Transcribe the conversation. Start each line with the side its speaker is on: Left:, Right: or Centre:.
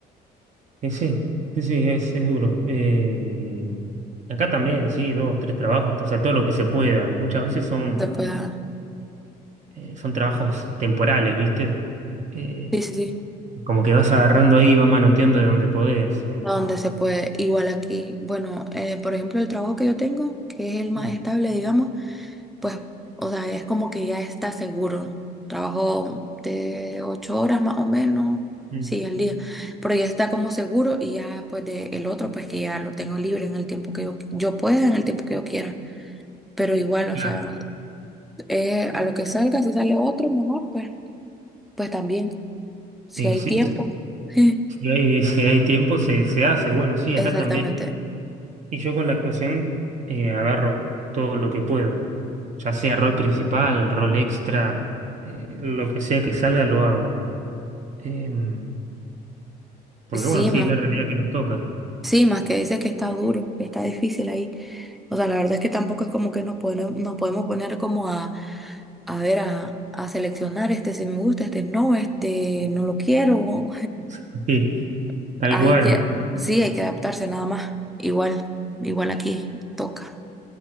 Right: Eh, sí, sí, sí, es, es duro. Eh, y acá también, sí, dos, tres trabajos, o sea, todo lo que se pueda. Muchas veces son,
Centre: Se pueda,
Right: eh, son trabajos temporales, ¿viste? Eh,
Centre: sí, sí, sí.
Right: como que vas agarrando ahí y vas manoteando de donde podés. eh.
Centre: a donde se puede. Igual aquí, bueno, eh, por ejemplo, el trabajo que yo tengo, que es el más
Right: Mm,
Centre: estable, digamos, pues, o sea, es como que ya está seguro. Trabajo de ocho horas más o menos,
Right: mm.
Centre: sí, al día, pero ya está como seguro y ya pues de el otro, pues que ya lo tengo libre en el tiempo que yo, yo pueda, en el tiempo que yo quiera. Pero igual, o
Right: Claro.
Centre: sea, eh, a lo que salga, si sale otro mejor, pues, pues también, si
Right: Y
Centre: hay
Right: si,
Centre: tiempo. <laughs>
Right: si hay, si hay tiempo, se, se hace. Bueno, sí,
Centre: Exactamente.
Right: acá también. Y yo con la actuación eh, agarro todo lo que puedo, ya sea rol principal, rol extra, eh, lo que sea que salga lo hago. Em, porque
Centre: Sí,
Right: bueno, sí, es la realidad que nos toca.
Centre: Sí, más que dice que está duro, que está difícil ahí. O sea, la verdad es que tampoco es como que nos podemos, nos podemos poner como a, a ver, a, a seleccionar este si me gusta, este no, este no lo quiero.
Right: <laughs> Sí,
Centre: <laughs>
Right: tal
Centre: Hay
Right: cual,
Centre: que, sí, hay que adaptarse nada más. Igual, igual aquí toca.